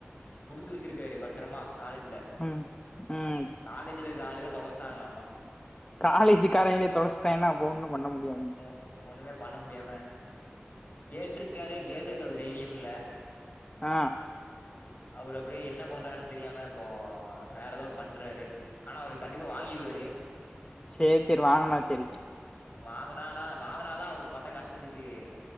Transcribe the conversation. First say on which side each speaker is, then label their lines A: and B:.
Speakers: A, on the left; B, on the left.
A: குடுத்து வச்சிருக்காரு பத்தரமா காலேஜ்ல
B: ம் ம்
A: காலேஜ்ல இருக்க ஆளுக தொலைச்சுட்டாங்லாமா
B: காலேஜு காரங்களே தொலச்சுட்டாய்ங்னா அப்ப ஒன்னு பண்ண முடியு
A: ஓ ஒண்ணுமே பண்ண முடியாம கேட்டிருக்காரு கேக்குறக்கு அவருக்கு தைரியமில்ல
B: ஆ
A: அவரு அப்டியே என்ன பண்றாருன் தெரியாம இப்போ வேற ஏதோ பண்றாரு ஆனா அவரு கண்டிப்பா வாங்கிருவாரு
B: சேரி சேரி வாங்குனா சேரிதெ
A: வாங்குனானா வாங்குனாதா அவர் பட்ட கஷ்டத்துக்கு